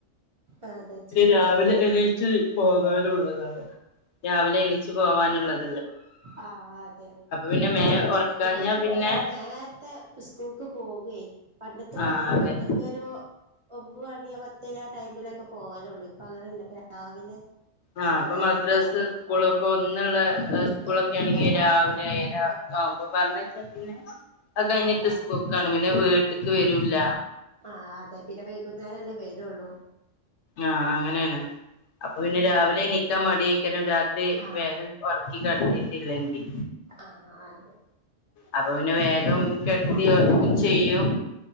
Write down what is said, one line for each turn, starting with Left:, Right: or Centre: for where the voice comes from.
Right: അ അതെ
Left: രാവിലെ എണീച്ച് പോകാനുള്ളതാണ്. രാവിലെ എണീച്ച് പോവാനുള്ളത്.
Right: ആഹ അതെ
Left: പിന്നെ
Right: ആഹ
Left: മേ
Right: പേ
Left: ഉറക്കാഞ്ഞാ
Right: ഇപ്പ ഐന്
Left: പിന്നെ
Right: കുട്ടികളെ നേര മത്തെ സ്കൂൾക്ക് പോകുകയ് പണ്ടത്തെ മതി
Left: ആഹ് അതെ
Right: മറ്റൊക്കെരു. ഒമ്പ് മണിയാ പത്തര ആ ടൈമിലൊക്കെ പോവലുള്ളൂ. ഇപ്പ അങ്ങനെയല്ല രാവിലെ
Left: ആഹ
Right: സ്കൂൾ
Left: അപ്പൊ
Right: തന്നെ
Left: മദ്രാസ്
Right: പോകും
Left: സ്കൂളൊക്കെ
Right: ആഹ്
Left: ഒന്നുള്ള സ്കൂളൊക്കെ
Right: ഒന്നുള്ള
Left: ആണെങ്കിൽ രാവിലെ
Right: ആഹ് ആഹ്
Left: ഏയര. ആവുമ്പ പറഞ്ഞ വച്ചാ പിന്നെ അ കഴിഞ്ഞിട്ട്
Right: ആഹ്
Left: സ്കൂൾക്കാണ് പിന്നെ വീട്ട്ക്ക് വരൂല.
Right: ആ അതെ പിന്നെ വൈകുന്നേരംല്ലേ വേരുള്ളൂ.
Left: ആഹ അങ്ങനെയാണ് അപ്പൊ പിന്നെ
Right: ഉം
Left: രാവിലെ എണീക്കാൻ മടിക്കാനും. രാത്രി
Right: ആഹ്
Left: വേഗം വർക്ക് കഴിഞ്ഞിട്ടില്ലെങ്കിൽ.
Right: ആഹ അതെ
Left: അപ്പം പിന്നെ വോഗം കെടത്തിഉറക്കും ചെയ്യും.